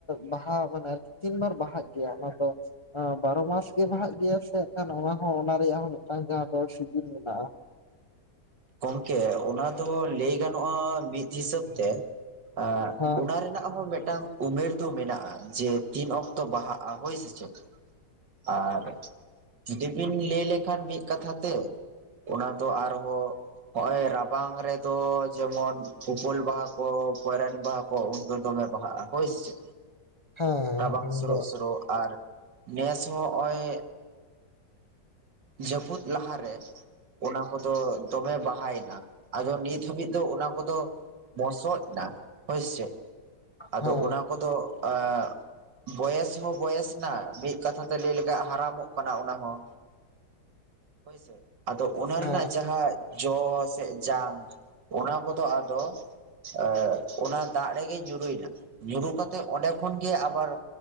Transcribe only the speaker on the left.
ᱵᱟᱦᱟᱣ ᱢᱟᱱᱮ ᱛᱤᱱ ᱵᱟᱨ ᱵᱟᱦᱟᱜ ᱜᱮᱭᱟ ᱚᱱᱟ ᱫᱚ ᱦᱟᱸ ᱵᱟᱨᱚ ᱢᱟᱥ ᱜᱮ ᱵᱟᱦᱟᱜ ᱜᱮᱭᱟ ᱥᱮ ᱠᱷᱟᱱ ᱚᱱᱟ ᱦᱚᱸ ᱚᱱᱟ ᱨᱮᱭᱟᱜ ᱦᱚᱸ ᱢᱤᱫᱴᱟᱝ ᱡᱟᱦᱟᱸ ᱫᱚ ᱥᱤᱵᱤᱞ ᱢᱮᱱᱟᱜᱼᱟ
ᱦᱮᱸ
<inaudible> ᱦᱮᱸ
ᱩᱱᱫᱚ
ᱦᱮᱸ
ᱦᱮᱸ